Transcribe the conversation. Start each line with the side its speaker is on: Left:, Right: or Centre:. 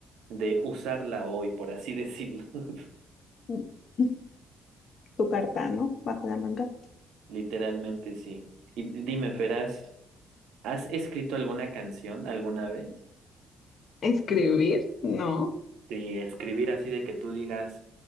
Right: de usarla hoy, por así decirlo, <laughs>
Left: Mm. <laughs> Tu carta, ¿no? Bajo la manga.
Right: literalmente sí. Y dime, Feraz. ¿Has escrito alguna canción alguna vez?
Left: ¿Escribir? No.
Right: De escribir así de que tú digas,